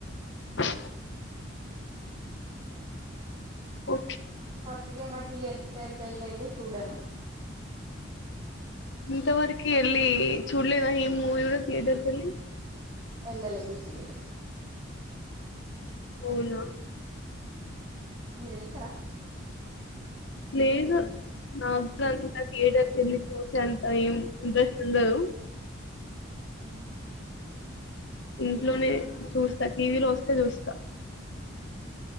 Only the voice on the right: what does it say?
ప్రతతిక ఎటి ఇయర్ రిటైర్ క వెళ అయితే చూడను
ఎల్ లే దూ తేట
మీరెల్తార
హ్మ్